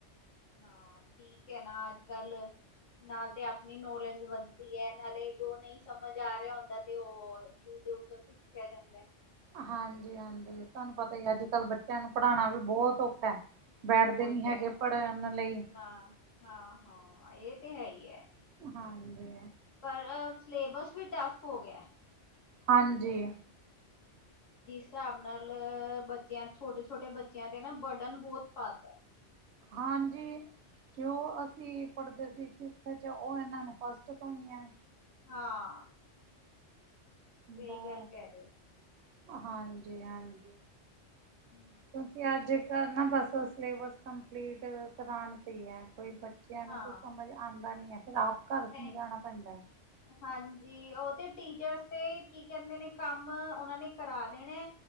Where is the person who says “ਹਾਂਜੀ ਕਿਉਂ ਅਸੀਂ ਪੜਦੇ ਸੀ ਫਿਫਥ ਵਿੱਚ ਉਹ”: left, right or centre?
Right